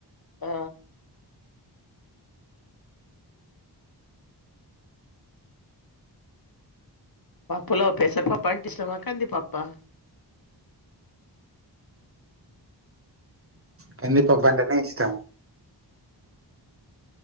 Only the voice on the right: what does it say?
కంది పప్పు అంటేనే ఇష్టము